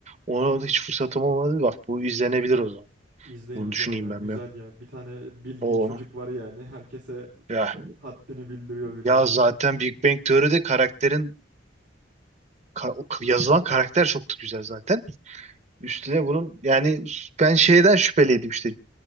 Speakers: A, on the right; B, on the right.
A: Ona da hiç fırsatım olmadı. Bak bu izlenebilir o zaman.
B: İzleyin
A: Bunu
B: hocam
A: düşüneyim
B: ya.
A: ben
B: Güzel
A: bir.
B: ya. Bir tane bilgin
A: O
B: çocuk var yani. Herkese
A: ya
B: haddini bildiriyor birazcık.
A: ya zaten Big Bang Teori'de karakterin ka- o k- yazılan karakter çok da güzel zaten. Üstüne bunun yani ben şeyden şüpheliydim işte.